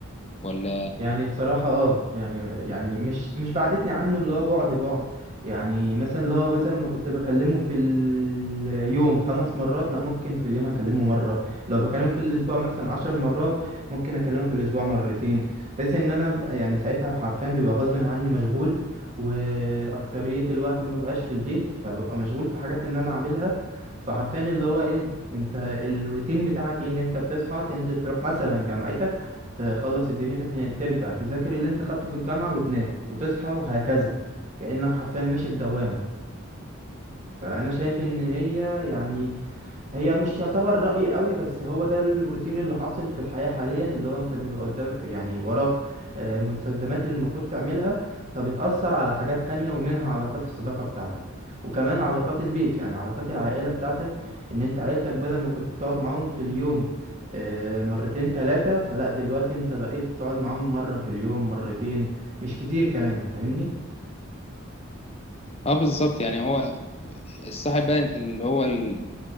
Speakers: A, on the left; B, on the right.
A: ولا
B: يعني بصراحة اه يعني يعني مش مش بعدتني عنه اللي هو بعد بعد يعني مثلا اللي هو مثلا ما كنت بكلمه في اليوم خمس مرات لا ممكن في اليوم اكلمه مرة لو بكلمه في الاسبوع مثلا عشر مرات ممكن اكلمه في الاسبوع مرتين بحيث ان انا ب- يعني ساعتها حرفيا بيبقى غصب عني مشغول واكترية الوقت ما بقاش في البيت فببقى مشغول في حاجات ان انا اعملها فحرفيا اللي هو ايه انت الروتين بتاعك ايه ان انت بتصحى تنزل تروح مثلا جامعتك تخلص دنيتك هناك ترجع تذاكر اللي انت خدته في الجامعة وتنام وتصحى وهكذا كأنك حرفيا ماشي في دوامة فأنا شايف إن هي يعني هي مش يعتبر رأي قوي بس هو ده الروتين اللي حاصل في الحياة حاليا اللي هو انت بيبقى قدام يعني وراك آه، مستلزمات اللي المفروض تعملها فبتأثر على حاجات تانية ومنها علاقات الصداقة بتاعتك وكمان علاقات البيت يعني علاقات العائلة بتاعتك ان انت عيلتك بدل ما كنت بتقعد معاهم في اليوم آه، مرتين تلاتة فلا دلوقتي انت بقيت تقعد معاهم مرة في اليوم مرتين مش كتير كمان فاهمني
A: اه بالظبط يعني هو الصاحب بقى اللي هو ال-